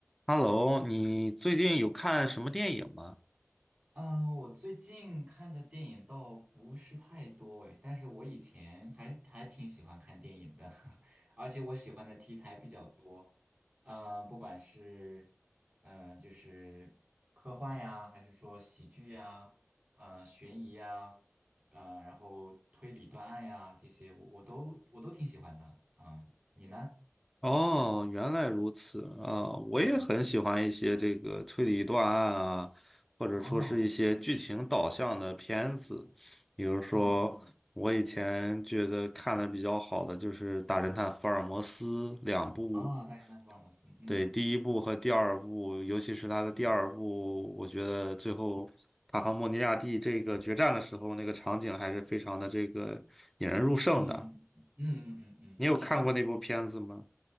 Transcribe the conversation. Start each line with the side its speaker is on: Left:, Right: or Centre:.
Centre: Hello，你最近有看什么电影吗？
Right: 嗯，我最近看的电影倒不是太多诶，但是我以前还还挺喜欢看电影的，<laughs> 而且我喜欢的题材比较多，嗯，不管是嗯就是科幻呀，还是说喜剧呀，呃悬疑呀，呃然后推理断案呀这些，我我都我都挺喜欢的，嗯，你呢？
Centre: 哦，原来如此啊，我也很喜欢一些这个推理断案啊，
Right: 嗯，
Centre: 或者说是一些剧情导向的片子。
Right: 哦，
Centre: 比如说，
Right: 嗯嗯，
Centre: 我以前觉得看的比较好的就是《大侦探福尔摩斯》两部，
Right: 啊，大家那福尔摩斯，嗯
Centre: 对，第一部和第二部，尤其是他的第二部，
Right: 嗯。
Centre: 我觉得最后他和莫尼亚蒂这个决战的时候，那个场景还是非常的这个引人入胜的。
Right: 嗯嗯嗯嗯嗯嗯，
Centre: 你有看过那部片子吗？
Right: 是的，